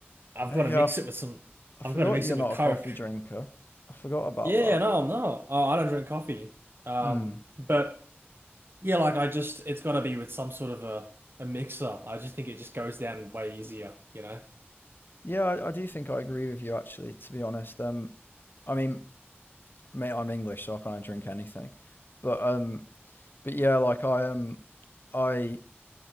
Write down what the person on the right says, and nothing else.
I've
got
to mix
it with some
I've got to mix
it
with Coke.
Yeah, no, no. Oh, I don't drink coffee. Um,
but yeah, like I just it's got to be with some sort of a a mixer. I just think it just goes down way easier, you know?